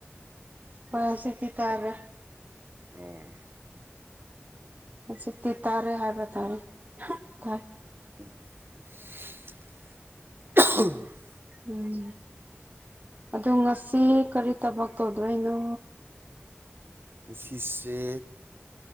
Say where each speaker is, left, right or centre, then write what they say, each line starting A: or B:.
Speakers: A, on the right; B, on the right.
A: ꯍꯣꯏ ꯍꯧꯖꯤꯛꯇꯤ ꯇꯥꯒꯔꯦ
B: ꯑꯣ
A: ꯍꯧꯖꯤꯛꯇꯤ ꯇꯥꯔꯦ ꯍꯥꯏꯕ ꯇꯥꯔꯦ ꯇꯥꯏ
B: <unintelligible>
A: ꯎꯝ ꯑꯗꯣ ꯉꯁꯤ ꯀꯔꯤ ꯊꯕꯛ ꯇꯧꯗꯣꯏꯅꯣ
B: ꯉꯁꯤꯁꯦ